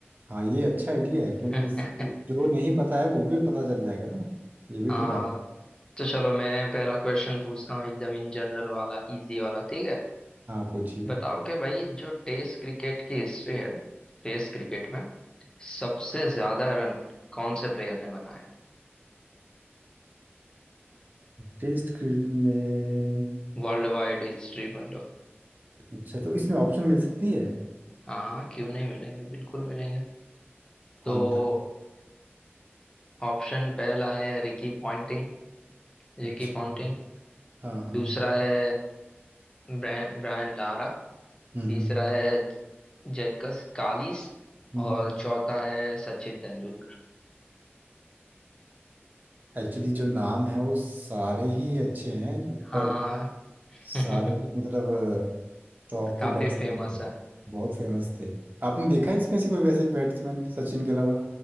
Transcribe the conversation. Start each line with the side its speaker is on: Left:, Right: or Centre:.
Right: हाँ ये अच्छा आइडिया है क्योंकि
Left: हैं
Right: इससे
Left: <laughs>
Right: जो नहीं पता है वो भी पता चल जाएगा ना ये भी
Left: हाँ
Right: तो बात
Left: तो चलो मैं पहला क्वेश्चन पूछता हूँ एकदम इन जनरल वाला इजी वाला ठीक है
Right: हाँ पूछिए
Left: बताओ कि भाई जो टेस्ट क्रिकेट की हिस्ट्री है टेस्ट क्रिकेट में सबसे ज्यादा रन कौन से प्लेयर ने बनाया
Right: टेस्ट क्रिकेट में
Left: वर्ल्ड वाइड हिस्ट्री मतलब
Right: अच्छा तो इसमें ऑप्शन मिल सकती है
Left: हाँ क्यों नहीं मिलेंगे बिल्कुल मिलेंगे तो
Right: हाँ बता
Left: ऑप्शन पहला है रिकी पॉन्टिंग रिकी
Right: अच्छा
Left: पॉन्टिंग
Right: हाँ हाँ
Left: दूसरा है ब्रै- ब्रायन लारा
Right: हम्म हम्म
Left: तीसरा है जैकस कालिस
Right: हम्म
Left: और चौथा है सचिन तेंदुलकर
Right: एक्चुअली जो नाम है वो सारे ही अच्छे हैं जो-
Left: हाँ
Right: पर
Left: <laughs>
Right: सारे ही मतलब तो आपके
Left: काफी
Right: बैट्समैन
Left: फेमस
Right: थे
Left: है
Right: बहुत फेमस थे आपने देखा है इसमें से कोई वैसे बैट्समैन सचिन के अलावा